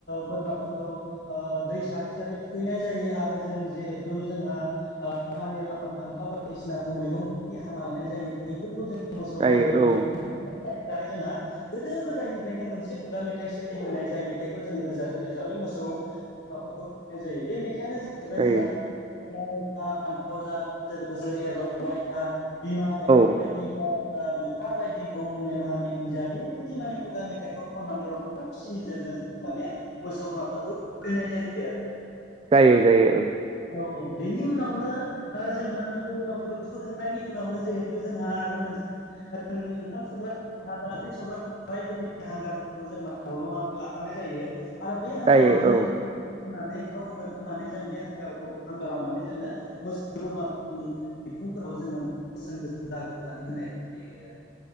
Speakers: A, on the left; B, on the right.
A: बोरमाफोरखौ ओ दै सारै सारै थुखैनाय जायो आरो जों जिहेथु जोंहा ओ पानिलाव फान्थाव बायदिसिनाखौ मैगं हाना लानाय जायो बैफोरखौ जों मोसौ
B: जायो
A: बोरानि
B: औ
A: सार सारै जोंहा गोदो गोदायनिफ्रायनो मोनसे खुगा मेथाइ सोलिबोनाय जाय मेथाइखौ जोङो रोजाबै रोजाबै मोसौ फोरखौ जायो बे मेथाइआनो जा जाहैबाय
B: जायो
A: जोंह लाउ जा फान्थाव जा बोसोर बोसोर एरलांबाय था बिमा गायदे
B: औ
A: बायदि जा बिफा बायदि गं मेना मेनि जा बेबायदि माने खुगा मेथाइखौ खननानै रंजा खिसिनि गेजेरजों माने मोसौ बोरमाफोरखौ थुखैनाय जायो आरो
B: जायो जायो औ
A: औ औ बिनि उनावनो जोंहा मोसौ बोरमाफोरखौ थोखांनायनि उनावनो जिहेथु जोंहा आरो मोनसे जोंनि ओंखाम संग्रा भाजा ओंख्रि संग्रा साराइफोरनि हांगारफोरखौ जों हल'नानै लाखानाय जायो <unintelligible> आरो बे हांगाराव
B: जायो
A: जोङो
B: औ
A: फनानै थाव गुबै फुननानै जों बे हांगार हांगाराव माने जोङो मोसौ बोरमाफोरनि बिखुंफोराव जोङो गोसोम गोसोम दागो होनानै होनाय जायो आरो